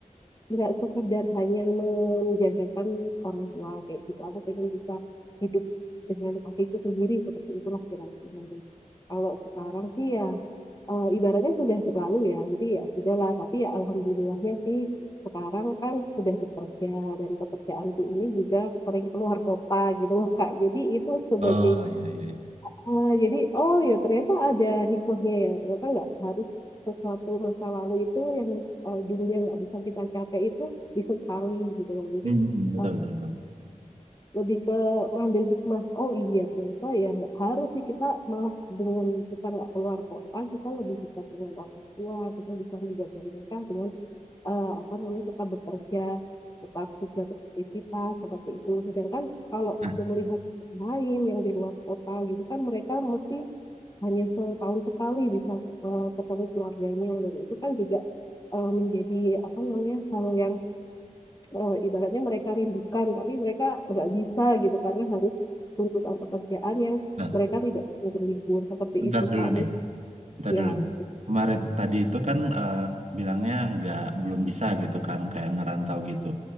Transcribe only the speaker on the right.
Oh, iya, iya, iya.
Hmm, betul,
betul, betul.
Nah,
nah,
bentar
dulu
nih,
bentar
dulu nih.
Kemarin tadi itu kan eh, bilangnya nggak belum bisa gitu kan, kayak ngerantau gitu.